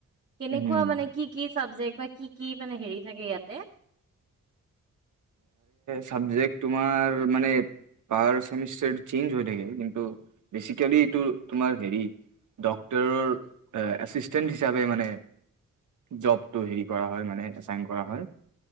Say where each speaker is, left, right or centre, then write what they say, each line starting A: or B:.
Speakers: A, on the right; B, on the right.
A: কেনেকুৱা
B: উম।
A: মানে কি কি চাবজেক্ট। বা কি কি মানে হেৰি থাকে ইয়াতে।
B: চাবজেক্ট তোমাৰ মানে পাৰ ছেমিষ্টাৰ চেঞ্জ হৈ থাকে কিন্তু বেচিকেলি এইটো তোমাৰ হেৰি ডাক্তৰৰ এচিষ্টেণ্ট হিচাপে মানে জবটো হেৰি কৰা হয় মানে এচাইন কৰা হয়।